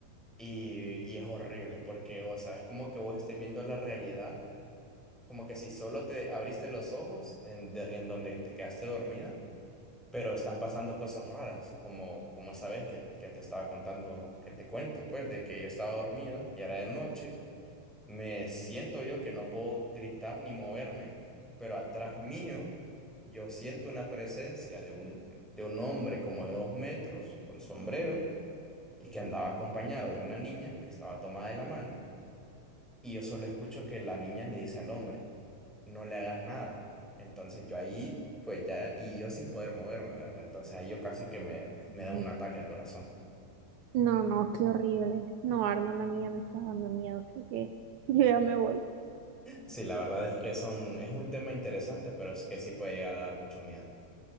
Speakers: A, in the centre; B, on the right.
A: Y, y es horrible porque, o sea, es como que vos estés viendo la realidad, como que si solo te abriste los ojos en, de- en donde te quedaste dormida, pero están pasando cosas raras, como, como esa vez que, que te estaba contando, que te cuento, pues, de que yo estaba dormido y era de noche, me siento yo que no puedo gritar ni moverme, pero atrás mío yo siento una presencia de un, de un hombre como de dos metros con sombrero y que andaba acompañado de una niña que estaba tomada de la mano y yo solo escucho que la niña le dice al hombre, no le hagas nada. Entonces yo ahí, pues ya, y yo sin poder moverme, ¿verdad? Entonces ahí yo casi que me, me da
B: No,
A: un ataque al corazón.
B: no, no, qué horrible. No, Arnold, la mía me está dando miedo, creo que <laughs> yo ya me voy.
A: Sí, la verdad es que son, es un tema interesante, pero es que sí puede llegar a dar mucho miedo.